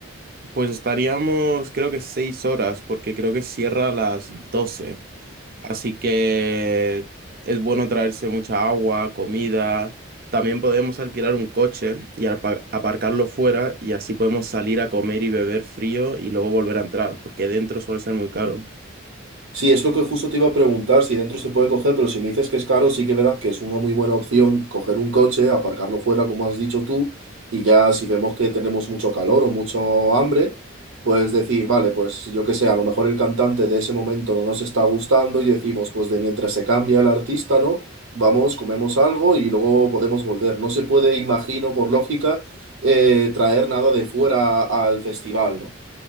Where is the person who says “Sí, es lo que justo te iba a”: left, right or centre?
Right